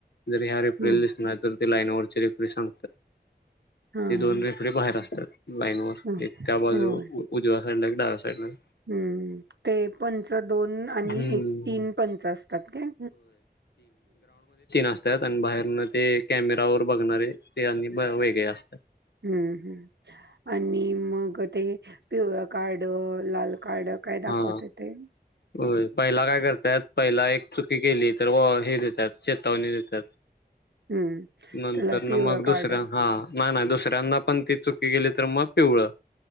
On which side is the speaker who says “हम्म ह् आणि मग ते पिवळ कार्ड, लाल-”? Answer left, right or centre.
Right